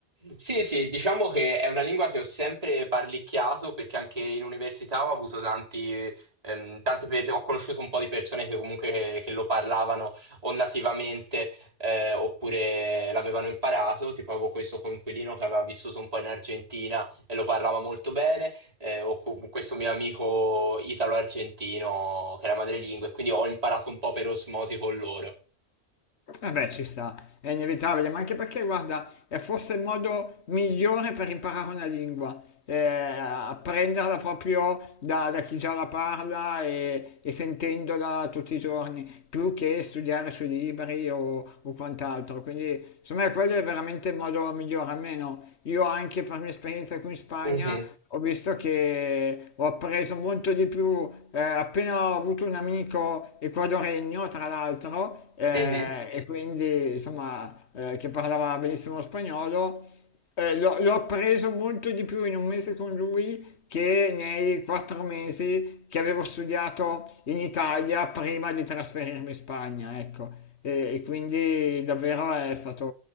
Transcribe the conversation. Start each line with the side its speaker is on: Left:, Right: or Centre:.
Right: Sì, sì, diciamo che è una lingua che ho sempre parlicchiato perché anche in università ho avuto tanti, ehm, tante per- ho conosciuto un po' di persone che comunque che, che lo parlavano o nativamente eh, oppure l'avevano imparato, tipo avevo questo coinquilino che aveva vissuto un po' in Argentina e lo parlava molto bene, eh, o cu- questo mio amico italo-argentino che era madrelingua e quindi ho imparato un po' per osmosi con loro.
Left: Eh beh, ci sta, è inevitabile, ma anche perché, guarda, è forse il modo migliore per imparare una lingua, eh, apprenderla proprio da, da chi già la parla e, e sentendola tutti i giorni, più che studiare sui libri o, o quant'altro. Quindi, secondo me, quello è veramente il modo migliore, almeno io anche per mia esperienza qui in Spagna
Right: Mhm,
Left: ho visto che ho appreso molto di più eh, appena ho avuto un amico ecuadoregno, tra l'altro, eh,
Right: mhm.
Left: e quindi insomma eh, che parlava benissimo lo spagnolo, eh, l'ho l'ho appreso molto di più in un mese con lui che nei quattro mesi che avevo studiato in Italia prima di trasferirmi in Spagna, ecco. E, e quindi davvero è stato